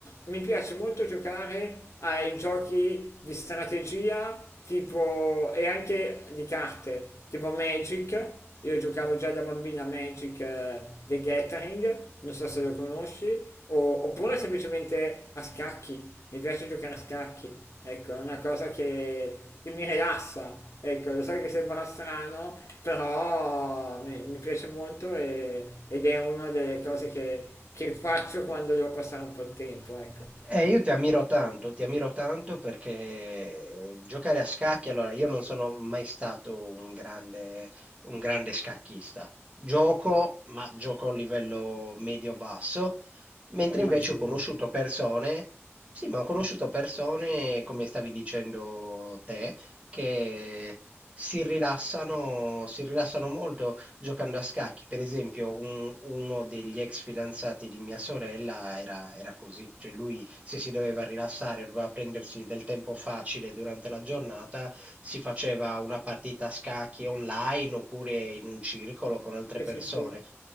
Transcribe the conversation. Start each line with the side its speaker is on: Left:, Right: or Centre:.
Left: mi piace molto giocare ai giochi di strategia tipo, e anche di carte, tipo Magic. Io giocavo già da bambina a Magic eh, The Gathering, non so se lo conosci, o- oppure semplicemente a scacchi. Mi piace giocare a scacchi, ecco, è una cosa che, che mi rilassa. Ecco, lo so che sembra strano, però mi, mi piace molto e- ed è una delle cose che, che faccio quando devo passare un po' di tempo, ecco.
Right: Eh, io ti ammiro tanto, ti ammiro tanto perché giocare a scacchi, allora io non sono mai stato un grande, un grande scacchista. Gioco, ma gioco a un livello medio-basso, mentre
Left: Sì, ma
Right: invece
Left: anch'io.
Right: ho conosciuto persone, sì, ma ho conosciuto persone, come stavi dicendo te, che si rilassano, si rilassano molto giocando a scacchi. Per esempio, un- uno degli ex fidanzati di mia sorella era, era così, cioè lui se si doveva rilassare, doveva prendersi del tempo facile durante la giornata, si faceva una partita a scacchi online oppure in un circolo con altre
Left: Sì,
Right: persone.
Left: sì, sì.